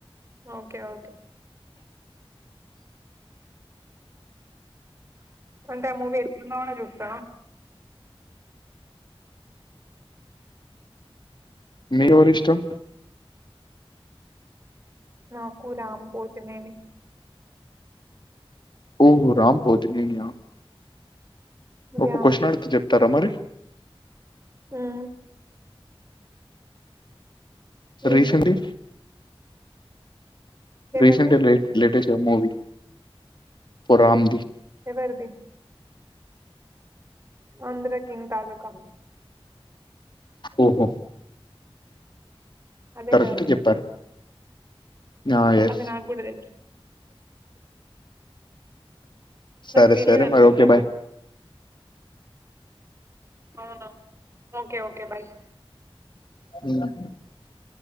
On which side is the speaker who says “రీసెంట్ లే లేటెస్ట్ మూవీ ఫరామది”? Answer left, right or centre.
Left